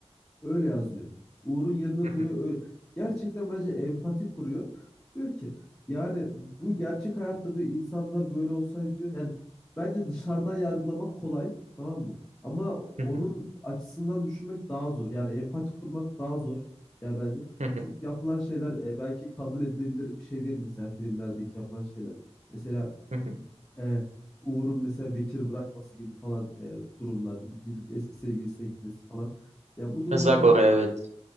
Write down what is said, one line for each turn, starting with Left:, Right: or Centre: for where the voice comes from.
Left: Öyle yazıyor. Uğur'un yerine koyuyor
Right: Hı hı,
Left: öyle. Gerçekten bence empati kuruyor. Diyor ki yani bu gerçek hayatta diyor insanlar böyle olsaydı diyor. Yani bence dışarıdan yargılamak kolay tamam mı? Ama onun
Right: hı hı,
Left: açısından düşünmek daha zor. Yani empati kurmak daha zor. Yani bence.
Right: hı hı,
Left: Çünkü yapılan şeyler e, belki kabul edilebilir bir şey değil mesela filmlerdeki yapılan şeyler. Mesela
Right: hı hı.
Left: e, Uğur'un mesela Bekir'i bırakması gibi falan e, durumlar. Gidip eski sevgilisine gitmesi falan. Ya bu durumlar
Right: Zagor'a
Left: tabii
Right: evet.